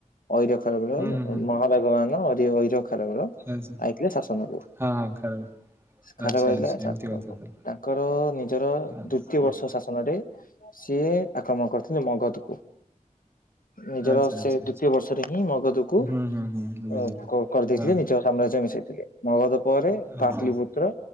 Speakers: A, on the left; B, on the right.
A: ଐରଖାରବେଳ
B: ହୁଁ ହୁଁ ହୁଁ
A: ମହାମେଘବାହାନ ଅରିଅ ଐର ଖାରବେଳ
B: ଆଚ୍ଛା।
A: ଆଇଥିଲା ଶାସନକୁ।
B: ହଁ ହଁ ଖାଉ
A: ଖାରବେଳ
B: ଆଚ୍ଛା ଆଚ୍ଛା
A: ହେଲା
B: ଏମିତି କଥା ତାହେଲେ।
A: ତାଙ୍କର ନିଜର
B: ଆଚ୍ଛା
A: ଦ୍ଵିତୀୟ ବର୍ଷ ଶାସ ନରେ ସିଏ ଆକ୍ରମଣ କରିଥିଲେ ମଗଧକୁ ନିଜର
B: ଆଚ୍ଛା
A: ସେ
B: ଆଚ୍ଛା
A: ଦ୍ଵିତୀୟ ବର୍ଷରେ ହିଁ ମଗଧକୁ
B: ହୁଁ ହୁଁ ହୁଁ ବୁଝିଲି।
A: ଅ କରିଦେଇଥିଲେ
B: ହଁ
A: ନିଜର ସାମ୍ରାଜ୍ୟ ମିଶାଇଥିଲେ। ମଗଧ ପରେ
B: ଆଚ୍ଛା ଆଚ୍ଛା
A: ପାଟଲି
B: ହଁ ଆଚ୍ଛା
A: ପୁତ୍ର